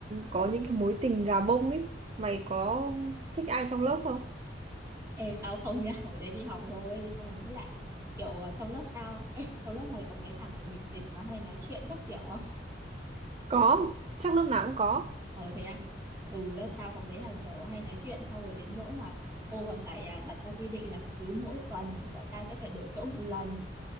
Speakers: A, on the right; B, on the right.
A: có những cái mối tình gà bông ấy mày có thích ai trong lớp không
B: ê, tao không nha hồi đấy đi học rồi xong rồi với lại kiểu ờ, trong lớp tao ê, trong lớp này có mấy thằng kiểu nghịch kịch mà hay nói chuyện các kiểu
A: có chắc lớp nào cũng có
B: Ờ thế à? Ừ lớp tao có mấy thằng kiểu hay nói chuyện xong rồi đến nỗi là cô còn phải à, đặt ra quy định là cứ mỗi tuần thì bọn tao sẽ phải đổi chỗ một lần